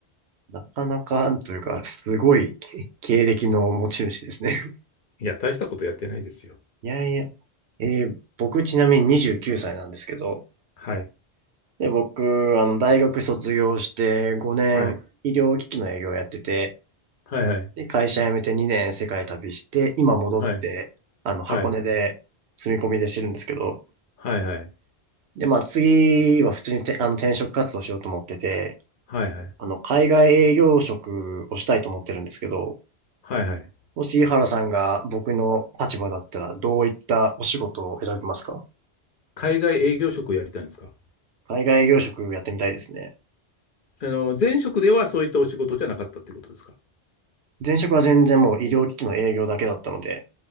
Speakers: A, on the right; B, on the left.
A: なかなか、というか、すごいけ経歴の持ち主ですね。<laughs>
B: いや、大したことやってないですよ。
A: いやいや。えー僕ちなみに29歳なんですけど、
B: はい。
A: で、僕、あの、大学卒業して5年医療機器の営業やってて、
B: はい。はいはい。
A: で、会社辞めて2年世界旅して、今戻って、
B: はい。
A: あの、
B: はい。
A: 箱根で住み込みでしてるんですけど、
B: はいはい。
A: で、まあ次は普通にて、あの、転職活動しようと思ってて、
B: はいはい。
A: あの、海外営業職をしたいと思ってるんですけど、
B: はいはい。
A: もし井原さんが僕の立場だったら、どういったお仕事を選びますか
B: 海外営業職をやりたいんですか
A: 海外営業職やってみたいですね。
B: あの、前職ではそういったお仕事じゃなかったってことですか
A: 前職は全然もう医療機器の営業だけだったので、